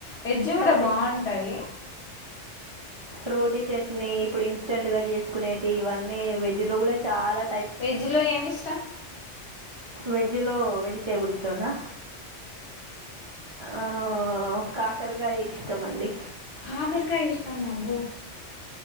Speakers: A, on the left; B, on the right.
A: వెజ్ కూడా
B: కానీ
A: బాగుంటాయి
B: రోటీ చట్నీ ఇప్పుడు ఇన్స్టెంట్ గా చేసుకునేవి ఇవన్నీ వెజ్ లో కూడా చాలా
A: వెజ్ లో ఏమి ఇష్టం
B: వెజ్ లో వెజిటేబుల్స్ లోనా ఆ కాకరకాయ ఇష్టమ అండి
A: కాకరకాయ ఇష్టమా అబ్బో